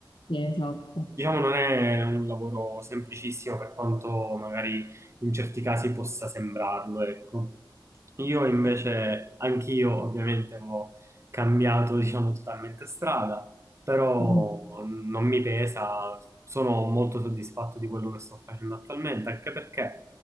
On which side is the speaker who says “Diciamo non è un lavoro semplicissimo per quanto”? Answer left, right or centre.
Right